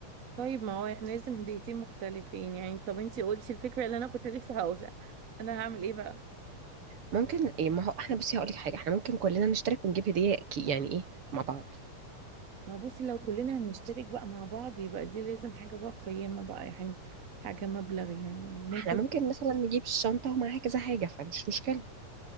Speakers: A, on the right (about 65°); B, on the right (about 45°).
A: طيب ما هو احنا لازم هديتين مختلفين يعني طب انتي قلتي الفكرة اللي انا كنت لسه هقولها انا هعمل ايه بقى
B: ممكن ايه ما هو احنا بصي هقول لك حاجه احنا ممكن كلنا نشترك ونجيب هديه كي- يعني ايه مع بعض
A: ما بصي لو كلنا هنشترك بقى مع بعض يبقى دي لازم حاجة بقى قيمة بقى يعني حاجة مبلغ يعني ممكن
B: احنا ممكن مثلا نجيب الشنطة ومعاها كذا حاجة فمش مشكلة